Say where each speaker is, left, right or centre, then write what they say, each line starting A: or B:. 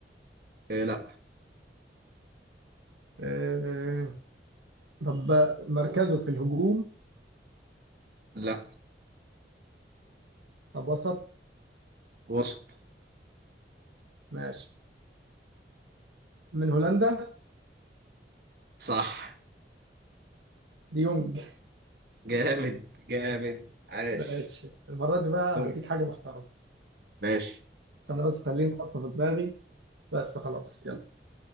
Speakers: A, on the right; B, on the right.
A: إيه لا
B: آه طب مركزه في الهجوم
A: لا
B: طب وسط
A: وسط
B: ماشي من هولندا
A: صح
B: ديونج
A: جامد جامد عاش
B: ماشي المرة دي بقى
A: دور
B: هديك حاجة محترمة
A: ماشي
B: بس أنا بس خليني أحطها في دماغي بس خلاص يلا